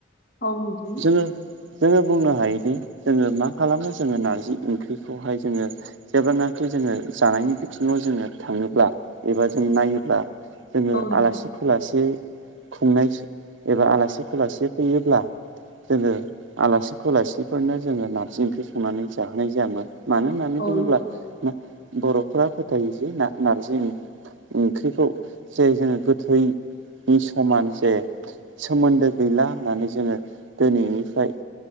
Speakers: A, on the left (about 45°); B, on the right (about 70°).
A: औ नोंथां
B: जोङो जोङो बुंनो हायोदि जोङो मा खालामो जोङो नारजि ओंख्रिखौहाय जोङो जेब्लानाखि जोङो जानायनि बिथिङाव जोङो थाङोब्ला एबा जों नायोब्ला जोङो
A: औ नोंथां
B: आलासि खुलासि खुंनाय एबा आलासि खुलासि फैयोब्ला जोङो आलासि फोलासिफोरनो जोङो नार्जि ओंख्रि संनानै जाहोनाय जायामोन मानो होननानै
A: औ
B: बुङोब्ला बर'फोरा फोथायो जे ना नारजि ओंख्रिखौ जे जोङो गोथैनि समान जे सोमोन्दो गैला होननानै जोङो दोनैनिफ्राय